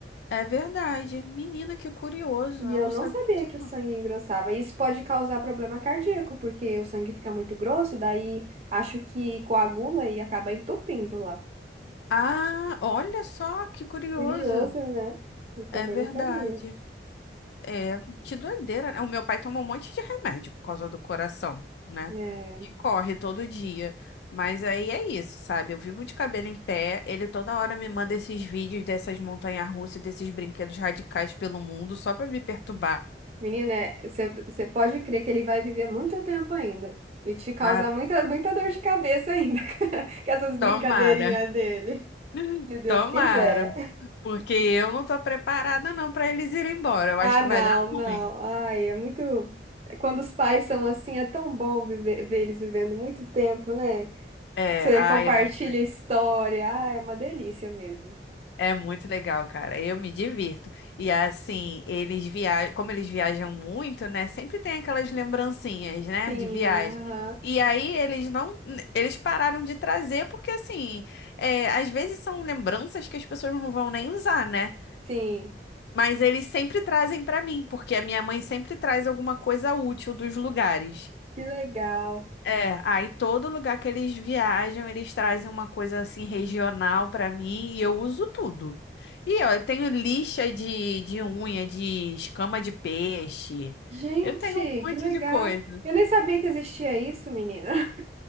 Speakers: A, on the left; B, on the right.
A: é verdade. Menina, que curioso.
B: E
A: Eu
B: eu
A: não
B: não
A: sabia
B: sabia
A: disso,
B: que
A: não.
B: o sangue engrossava. Isso pode causar problema cardíaco, porque o sangue fica muito grosso, daí acho que coagula e acaba entupindo lá.
A: Ah, olha só que curioso.
B: Curioso, né? Eu também
A: É verdade.
B: não sabia.
A: É, que doideira, né? O meu pai toma um monte de remédio por causa do coração, né?
B: É.
A: E corre todo dia. Mas aí é isso, sabe? Eu vivo de cabelo em pé. Ele toda hora me manda esses vídeos dessas montanhas-russas, desses brinquedos radicais pelo mundo, só pra me perturbar.
B: Menina, você pode crer que ele vai viver muito tempo ainda e te causar
A: Ah,
B: muita, muita dor de cabeça ainda <laughs> com essas brincadeirinhas
A: tomara.
B: dele,
A: <laughs>
B: se Deus
A: Tomara.
B: quiser.
A: Porque eu não tô preparada não para eles irem embora. Eu
B: Ah,
A: acho que
B: não,
A: vai dar
B: não.
A: ruim.
B: Ai, é muito. Quando os pais são assim, é tão bom viver, ver eles vivendo muito tempo, né?
A: É,
B: Você
A: ai,
B: compartilha
A: é muito legal.
B: a história. Ah, é uma delícia mesmo.
A: É muito legal, cara. Eu me divirto. E assim, eles viajam, como eles viajam muito, né? Sempre tem aquelas lembrancinhas, né,
B: Sim,
A: de viagem.
B: aham,
A: E aí eles não, eles pararam de trazer porque assim, é, às vezes são lembranças que as pessoas não vão nem usar, né?
B: sim.
A: Mas eles sempre trazem pra mim, porque a minha mãe sempre traz alguma coisa útil dos lugares.
B: Que legal.
A: É, aí todo lugar que eles viajam, eles trazem uma coisa assim regional pra mim e eu uso tudo. E ó, eu tenho lixa de, de unha, de escama de peixe.
B: Gente,
A: Eu tenho um monte
B: que legal.
A: de coisa.
B: Eu nem sabia que existia isso, menina.